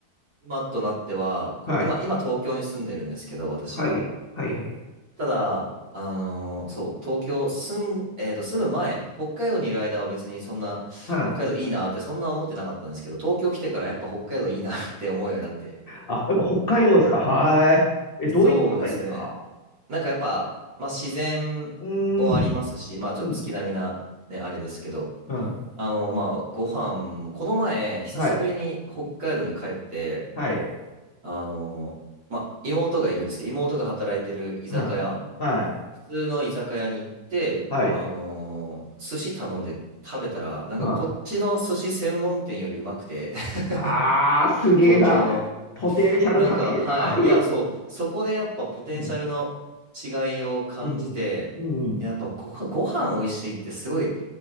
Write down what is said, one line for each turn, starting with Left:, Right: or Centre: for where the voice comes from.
Right: 今となっては、こう、
Left: あ、はい。
Right: 今、今東京に住んでるんですけど、私は。
Left: はい。はい。はい。
Right: ただ、あの、そう、東京住ん、えーっと、住む前、北海道にいる間は別にそんな、
Left: うん。あ、
Right: 北海道いいなってそんな思ってなかったんですけど、東京来てからやっぱ北海道いいなって思うようになって、
Left: やっぱ北海道ですかはい。え、どういうところがいいですか
Right: そうですね。なんかやっぱ、まあ自然もありますし、
Left: うーん。
Right: まあちょっと月並みなね、
Left: うん。
Right: あれですけど、
Left: うん。
Right: あの、まあご飯も、この前、久しぶりに北海道に帰って、
Left: はい。はい。
Right: あの、まあ妹がいるんですけど、妹が働いてる居酒屋、
Left: はい。はい。
Right: 普通の居酒屋に行って、
Left: はい。
Right: あの、寿司頼んで食べたら、なんかこっちの寿司専門店よりうまくて、
Left: はい。
Right: <laughs>
Left: ああ、すげえな。
Right: 東京の。
Left: ポテンシャル高えな。
Right: なんか、はい。
Left: <laughs>
Right: いや、そう。そこでやっぱポテンシャルの違いを感じて、
Left: うん、うん、うん、
Right: やっぱご飯、ご飯美味しいってすごい